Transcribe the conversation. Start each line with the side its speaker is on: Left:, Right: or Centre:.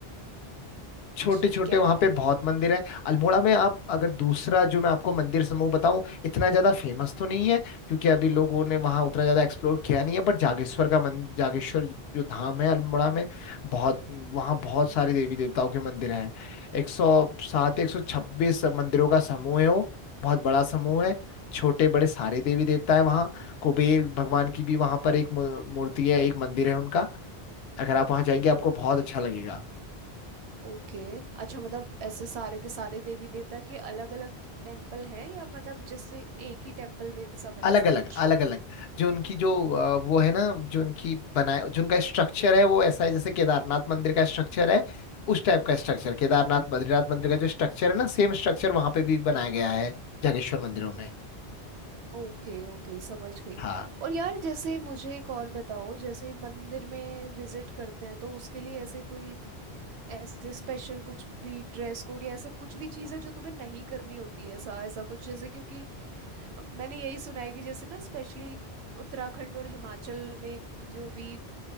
Left: छोटे
Right: ठीक
Left: छोटे
Right: है
Left: वहां पे बहुत मंदिर हैं अल्मोड़ा में आप अगर दूसरा जो मैं आपको मंदिर समूह बताऊं इतना ज्यादा फेमस तो नहीं है क्योंकि अभी लोगों ने वहां उतना ज्यादा एक्सप्लोर किया नहीं है बट जागेश्वर का मन जागेश्वर जो धाम है अल्मोड़ा में बहुत वहाँ बहुत सारे देवी देवताओं के मंदिर हैं एक सौ सात एक सौ छब्बीस मंदिरों का समूह है वो बहुत बड़ा समूह है छोटे बड़े सारे देवी देवता है वहाँ कुबेर भगवान की भी वहां पर एक मू- मूर्ति है एक मंदिर है उनका अगर आप वहां जाएंगे आपको
Right: ओ,
Left: बहुत अच्छा लगेगा
Right: ओके अच्छा मतलब ऐसे सारे के सारे देवी देवता के अलग अलग टेम्पल हैं या मतलब जैसे एक ही टेम्पल में सब है
Left: अलग
Right: ऐसा
Left: अलग
Right: कुछ
Left: अलग अलग जो उनकी जो अ, वो है ना जो उनकी बनाए जो उनका स्ट्रक्चर है वो ऐसा है जैसे केदारनाथ मंदिर का स्ट्रक्चर है उस टाइप का स्ट्रक्चर केदारनाथ बद्रीनाथ मंदिर का जो स्ट्रक्चर है ना सेम स्ट्रक्चर वहां पे भी बनाया गया है जागेश्वर मंदिरों में
Right: ओके ओके समझ गई
Left: हाँ
Right: और यार जैसे मुझे एक और बताओ जैसे मंदिर में विजिट करते हैं तो उसके लिए ऐसे कोई ऐसे स्पेशल कुछ भी ड्रेस कोड या ऐसा कुछ भी चीज़ है जो तुम्हें नहीं करनी होती है ऐसा ऐसा कुछ जैसे क्योंकि अ, मैंने यही सुना है कि जैसे ना स्पेशली उत्तराखंड और हिमाचल में जो भी